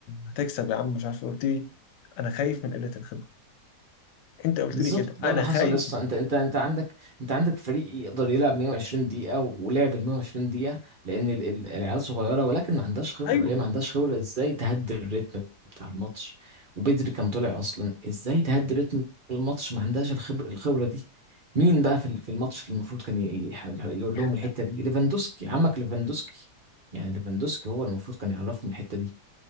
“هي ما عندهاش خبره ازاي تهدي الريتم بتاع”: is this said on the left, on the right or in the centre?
Right